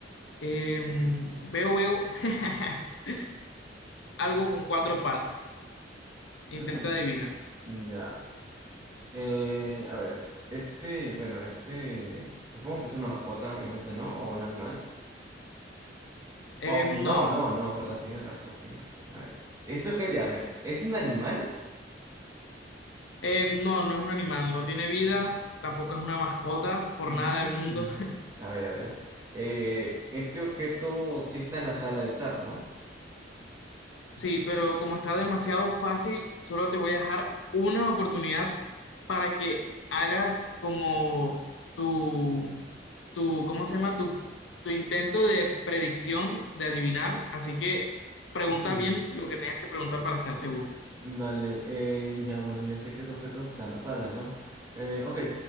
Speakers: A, on the left (about 85°); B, on the right (about 15°).
A: em, veo, veo, <laughs> algo con cuatro patas. Intenta
B: Mm,
A: adivinar.
B: mm, ya. Eh, a ver, este, bueno, este, supongo que es una mascota, obviamente, ¿no? O un animal.
A: Em,
B: Aunque no,
A: no,
B: no, no, ¿verdad? Tienes razón, tienes razón. A ver. Esto es que, ya, bueno, ¿es un animal?
A: Eh, no, no es un animal, no tiene vida, tampoco es una mascota, por
B: Mm,
A: nada del mundo. <laughs>
B: A ver, a ver. Eh, este objeto sí está en la sala de estar, ¿no?
A: Sí, pero como está demasiado fácil, solo te voy a dejar una oportunidad para que hagas como tu, tu, ¿cómo se llama? Tu, tu intento de predicción, de adivinar. Así que pregunta
B: Mm.
A: bien lo que tengas que preguntar para estar seguro.
B: Dale, eh, ya bueno, ya sé que ese objeto está en la sala, ¿no? Eh, ok,